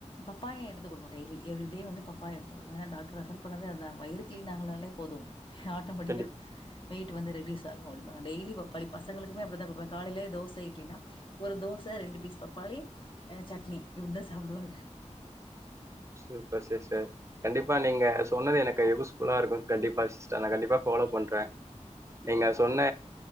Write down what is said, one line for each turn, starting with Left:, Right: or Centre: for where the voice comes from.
Left: பப்பாய எடுத்து கொடுப்போ டெய்லி எவ்ரிடே வந்து பப்பாய எடுத்துகுவே டாக்டர் ரெபர் பண்ணதே அதுதா வயிறு கிளின்ஆகனாலே போது ஆட்டோமேட்டிக்கா
Right: கண்டிப்பா
Left: வெயிட் வந்து ரெடியூஸ் ஆகு அப்டிம்பாங்க டெய்லி பப்பாளி பசங்களுக்கு த்துக்குமே அப்புடிதா குடுப்பேன் காலேல தோசை இட்லீனா ஒரு தோசை ரெண்டு பீஸ் பப்பாளி அ சட்னி இப்புடி தா சாப்புடுவாக
Right: சூப்பர் சிஸ்டர் கண்டிப்பா நீங்க சொன்னது எனக்கு யூஸ் ஃபுல்லா இருக்கு கண்டிப்பா சிஸ்டர் நா கண்டிப்பா ஃபாலோ பண்றே நீங்க சொன்ன